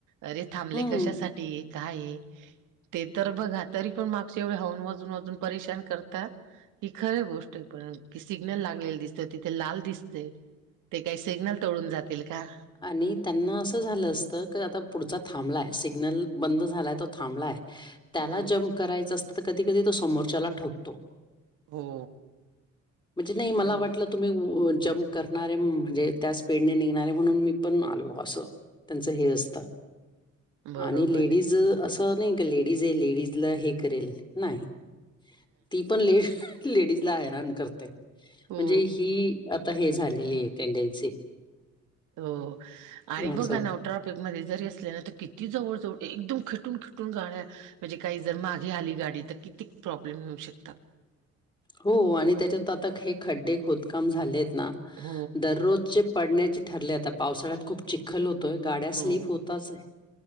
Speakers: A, on the right (about 85°); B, on the left (about 15°).
A: अरे थांबले
B: हं.
A: कशासाठी काय ये ते तर बघाल तरी पण मागचे एवढे हॉर्न वाजून वाजून परेशान करतात. ही खरं गोष्ट आहे पण की सिग्नल लागलेलं दिसत तिथे लाल दिसतयं. ते काय सिग्नल तोडून जातील का?
B: आणि त्यांना असं झालं असतं की आता पुढचा थांबलाय सिग्नल बंद झालाय तो थांबलाय.
A: हम्म.
B: त्याला जम्प करायच असतं तर कधी कधी तो समोरच्याला ठोकतो.
A: हो.
B: म्हणजे नाही मला
A: हम्म
B: वाटलं तुम्ही जम्प करणारे म्हणजे त्या स्पीड न निघणारे म्हणून मी पण आलो अस त्यांच हे असत
A: बरोबर
B: आणि लेडीज
A: आहे.
B: नाही का लेडीज आहे लेडीज ला हे करेल नाही ती पण ले लेडीज ला हैरान करते
A: हो
B: म्हणजे ही आता हे झालेली आहे टेंडेन्सी
A: हो आणि
B: असं.
A: बघा ना, ट्रॉफिक मध्ये जरी असल्या ना तर किती जवळजवळ एकदम खटून खटून गाड्या, म्हणजे काही जर मागे आली गाडी तर किती प्रॉब्लेम होऊ शकतात.
B: हो आणि त्याच्यात आता हे खड्डे खोदकाम झालेत ना
A: हा
B: दररोजचे पडण्याचे ठरले आता पावसाळ्यात खूप चिखल होतोय गाड्या स्लीप
A: हो.
B: होताच आहे.